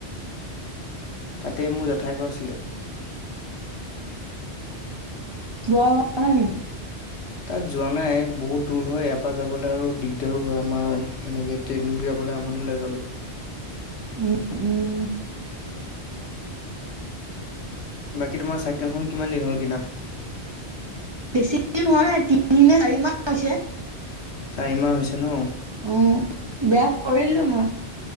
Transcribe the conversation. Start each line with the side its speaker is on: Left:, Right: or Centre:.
Left: <inaudible> তাতে মোৰ জেঠাই ঘৰ আছিলে উম উম <inaudible>
Right: দুৱাৰ <unintelligible> নাই নেকি?
Left: তাত যোৱা নাই বহুত দুৰ হয় ইয়াৰ পৰা যাবলৈ আৰু দিগদাৰো হয় আমাৰ সেনেকে ট্ৰেইনত যাবলে আমনি লাগে অলপ
Right: উম, উম।
Left: বাকি তোমাৰ চাইকেলখন কিমানদিন হ'ল কিনা
Right: বেছিদিন হোৱা নাই তিনিমাহ বা চাৰিমাহ হৈছে
Left: চাৰিমাহ হৈছে ন?
Right: অ বেয়া কৰিলোঁ মই